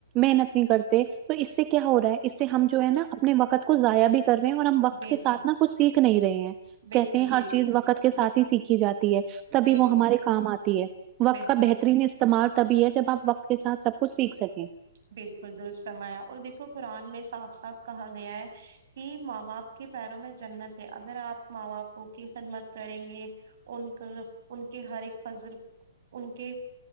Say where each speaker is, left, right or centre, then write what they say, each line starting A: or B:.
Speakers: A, on the right; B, on the right.
A: محنت نہیں کرتے تو اس سے کیا ہو رہا ہے اس سے ہم جو ہے نا اپنے وقت کو ضائع بھی کر رہے ہیں اور ہم وقت
B: بالکل
A: کے ساتھ نا کچھ سیکھ نہیں رہے ہیں
B: بالکل
A: کہتے ہیں ہر
B: بالکل
A: چیز وقت کے ساتھ ہی سیکھی جاتی ہے تبھی
B: بالکل
A: وہ ہمارے کام آتی ہے وقت
B: بالکل
A: کا بہترین استعمال تبھی ہے جب آپ وقت کے ساتھ سب کچھ سیکھ سکیں
B: بالکل درست فرمایا اور دیکھو قرآن میں صاف صاف کہا گیا ہے کہ ماں باپ کے پیروں میں جنت ہے اگر آپ ماں باپوں کی خدمت کریں گے ان کا ان کے ہر ایک فضل ان کے